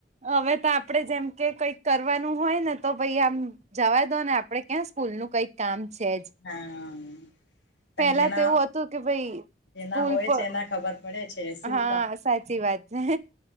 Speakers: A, on the right; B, on the left.
A: હવે તો આપડે જેમ કે કઈક કરવાનું હોય ને તો પાઈ આમ- જવાય દો ને આપણે ક્યાં સ્કૂલ નું કઈક- કામ છે જ?
B: હા પણ
A: પેલા
B: જેના
A: તો એવું હતું કે ભાઈ
B: જેના
A: સ્કૂલ
B: હોય
A: પર
B: છે એના ખબર પડે છે. શું
A: હા
B: કામ
A: સાચી વાત છે.